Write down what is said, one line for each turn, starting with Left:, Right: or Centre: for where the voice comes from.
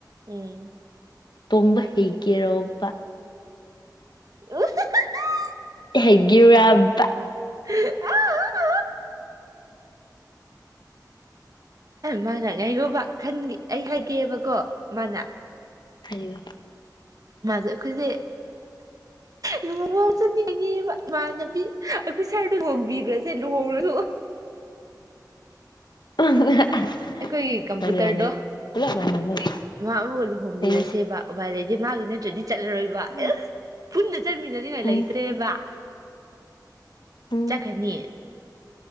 Right: ꯎꯝ
Left: ꯇꯣꯡꯕ ꯍꯦꯒꯦꯔꯣꯕ
Right: <unintelligible>
Left: ꯖꯩꯒꯦꯔꯕ
Right: ꯑꯥ ꯃꯥꯅ ꯉꯥꯏꯒꯣꯕ ꯈꯟꯒꯦ ꯑꯩ ꯍꯥꯏꯒꯦꯕꯀꯣ ꯃꯥꯅ
Left: ꯍꯩꯌꯣꯏ
Right: ꯃꯥꯁꯦ ꯑꯩꯈꯣꯏꯁꯦ ꯂꯨꯍꯣꯡꯕ ꯉꯥꯎ ꯆꯟꯅꯤꯡꯉꯤꯅꯦ ꯏꯃꯥꯟꯅꯕꯤ ꯑꯩꯈꯣꯏ ꯁꯥꯔꯗ ꯌꯣꯡꯕꯤꯈ꯭ꯔꯁꯦ ꯂꯨꯍꯣꯡꯔꯁꯨ
Left: <unintelligible>
Right: ꯑꯩꯈꯣꯏꯒꯤ ꯀꯝꯄꯨꯇꯔꯗꯣ
Left: ꯃꯥꯅꯦ ꯃꯥꯅꯦ ꯄꯨꯂꯞ ꯃꯥꯟꯅꯕꯩ
Right: ꯃꯥ ꯑꯃꯒ ꯂꯨꯍꯣꯡꯕꯤꯔꯁꯦꯕ
Left: ꯍꯩꯌꯦ
Right: ꯎꯄꯥꯏ ꯂꯩꯇꯦ ꯃꯥꯒꯤꯅ ꯆꯠꯂꯔꯣꯏꯕ
Left: ꯎꯝ
Right: ꯑꯦ ꯆꯟꯃꯤꯟꯅꯅꯤꯡꯉꯥꯏ ꯂꯩꯇ꯭ꯔꯦꯕ
Left: ꯎꯝ ꯎꯝ
Right: ꯆꯠꯈꯅꯤ